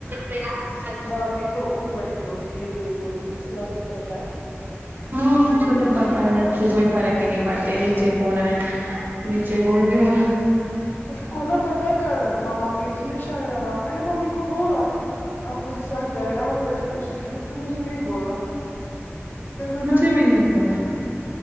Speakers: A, on the right (about 40°); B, on the left (about 45°).
A: <unintelligible>
B: وہ اب بھی تو اوپر ہی ہوتی ہے جوڑے جیسے آپ کو پتا ہے
A: ہاں اس کو تو پتا ہے اس کو کوئی فرق ہی نہیں پڑتے نیچے کون آیا نیچے کون گیا
B: اس کو نہا پتا ہے کل ماما گئی تھی نا شاروار میں نے ممی کو بولا آپ کو اس کے ساتھ جھگڑا ہو گیا اس اس اس نے مجھے نہیں بولا پھر میں نے
A: مجھے
B: آج
A: بھی نہیں بول